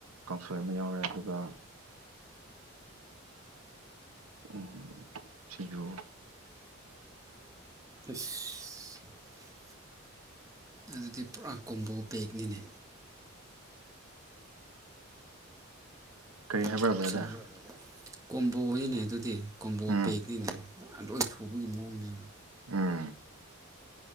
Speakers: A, on the right (about 90°); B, on the right (about 15°).
A: ꯀꯥꯡꯁꯣꯏ ꯑꯃ ꯌꯥꯎꯔꯦ ꯑꯗꯨꯒ ꯎꯝ ꯁꯤꯡꯖꯨ
B: ꯑꯁ ꯑꯗꯨꯗꯤ ꯄꯨꯔꯥ ꯀ‌ꯣꯝꯕ‌ꯣ ꯄ‌ꯦꯛꯅꯤꯅꯦ
A: ꯀꯔꯤ ꯍꯥꯏꯕꯔꯕ꯭ꯔꯥ
B: ꯆꯞ
A: ꯕ꯭ꯔꯗꯔ
B: ꯆꯥꯅ ꯀꯣꯝꯕꯣꯅꯤꯅꯦ ꯑꯗꯨꯗꯤ ꯀꯣꯝꯕꯣ
A: ꯎꯝ
B: ꯄꯦꯛꯅꯤꯅꯦ ꯂꯣꯏ ꯁꯨꯕꯒꯤ ꯃꯑꯣꯡꯅꯦꯕ
A: ꯎꯝ